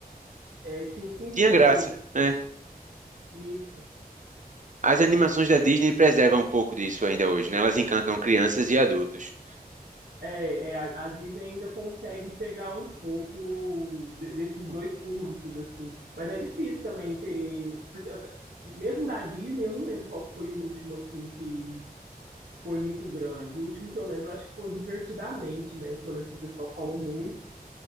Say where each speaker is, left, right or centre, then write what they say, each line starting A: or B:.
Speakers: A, on the right; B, on the right.
A: é, tinha um sentido
B: Tinha graça,
A: ali para
B: né?
A: isso.
B: As animações da Disney preservam um pouco disso ainda hoje, né? Elas encantam crianças e adultos.
A: É, é, a, a Disney ainda consegue pegar um pouco de- desses dois públicos assim, mas é difícil também ter, porque eu t- mesmo da Disney eu não lembro qual foi o último assim que foi muito grande. O último que eu lembro, acho que foi Divertidamente, né? Que eu lembro que o pessoal falou muito.